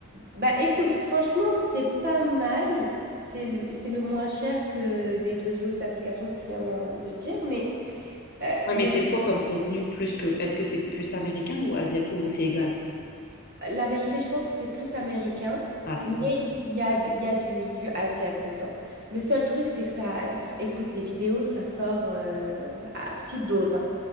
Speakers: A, on the right; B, on the left.
A: bah écoute, franchement, c'est pas mal. C'est le, c'est le moins cher que des deux autres applications que tu viens d'en- de dire. Mais euh,
B: Ouais, mais
A: le
B: c'est
A: truc,
B: quoi comme contenu plus que... Est-ce que c'est plus américain ou asiatique ou c'est égal?
A: La vérité, je pense que c'est plus américain,
B: Ah, c'est
A: mais
B: ça.
A: il y a, d- il y a du, du Asiat dedans. Le seul truc, c'est que ça, pff, écoute, les vidéos, ça sort euh, à petite dose, hein.